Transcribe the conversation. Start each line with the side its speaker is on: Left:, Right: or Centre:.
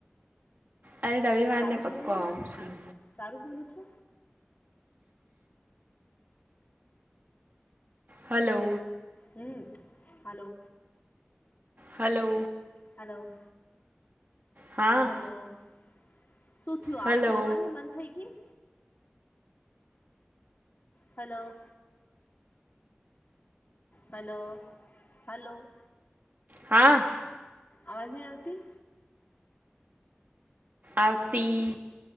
Right: અરે રવિવારને
Left: શાહરૂુખ
Right: પક્કો
Left: બોલું ના
Right: આવશું
Left: શાહરૂુખ બોલું છુ
Right: હલો
Left: હમ હલો
Right: હલો
Left: હાલો
Right: હા
Left: હલો શું થયું
Right: હલો
Left: આવાજ આવવાની બંધ થઈ ગઈ હલો હલો હલો
Right: હા
Left: અવાજ નહી આવતી
Right: આરતી